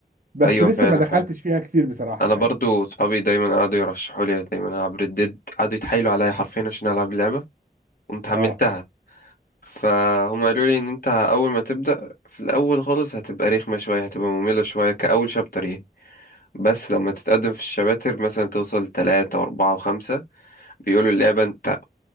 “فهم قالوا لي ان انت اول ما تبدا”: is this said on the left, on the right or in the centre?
Left